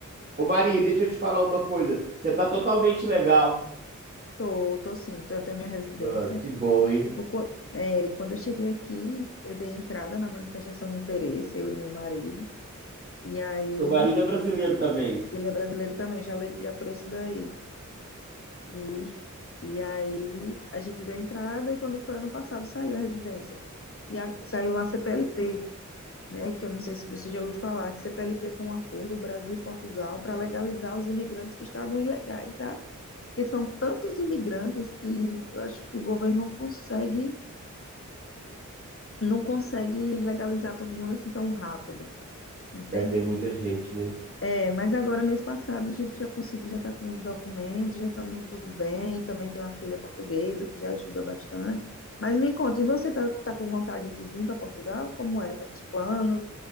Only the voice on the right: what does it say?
Ô, Maria, deixa eu te falar uma coisa. Você tá totalmente legal.
Ah, que bom, hein?
Teu marido é brasileiro também.
É, tem muita gente, né?